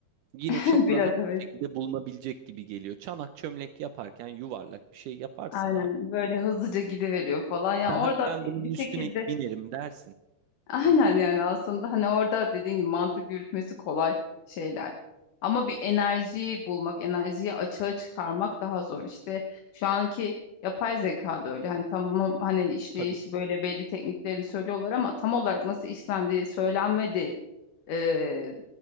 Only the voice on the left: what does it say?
<laughs>
biraz
evet.
Aynen
böyle hızlıca gidiveriyor falan. Yani
orada
bir,
bir
şekilde
<laughs> aynen yani aslında hani orada dediğin gibi mantık yürütmesi kolay şeyler. Ama bir enerjiyi bulmak, enerjiyi açığa çıkarmak daha zor. İşte şu anki yapay zeka da öyle. Hani tamam hani işleyiş
böyle belli tekniklerini söylüyorlar ama tam olarak nasıl işlendiği söylenmedi e,